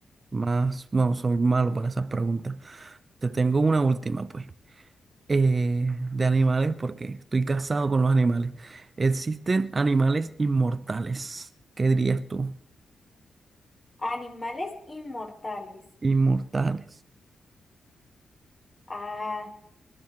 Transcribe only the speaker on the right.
Más, no, soy malo para esas preguntas. Te tengo una última, pues. Eh, de animales, porque estoy casado con los animales. ¿Existen animales inmortales? ¿Qué dirías tú?
Inmortales.